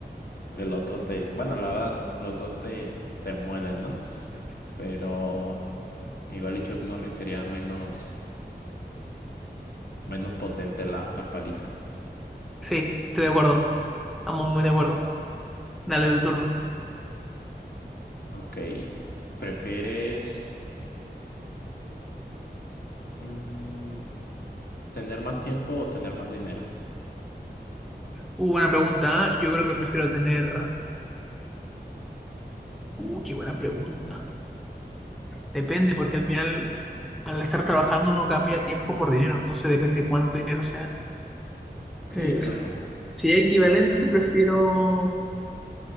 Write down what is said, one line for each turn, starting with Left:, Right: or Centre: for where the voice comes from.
Left: el otro te, bueno, la verdad, los dos te, te muelen, ¿no? Pero igual y Chuck Norris sería menos, menos potente la, la paliza.
Centre: sí, estoy de acuerdo. Estamos muy de acuerdo. Dale
Left: Sí.
Centre: tu turno.
Left: Ok. ¿Prefieres mm, tener más tiempo o tener más dinero?
Centre: Uh, buena pregunta. ¿eh? Yo creo que prefiero tener. Uh, qué buena pregunta. Depende, porque al final, al estar trabajando, uno cambia tiempo por dinero, entonces depende cuánto dinero sea. Eh,
Left: Sí, claro.
Centre: si es equivalente, prefiero.